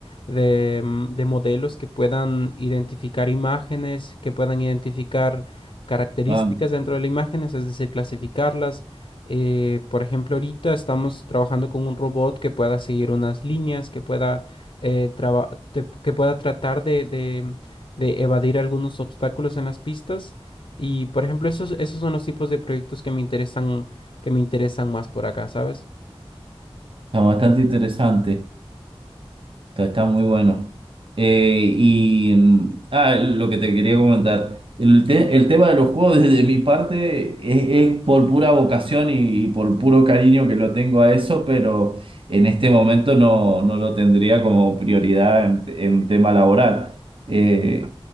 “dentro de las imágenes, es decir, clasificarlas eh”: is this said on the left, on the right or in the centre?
Left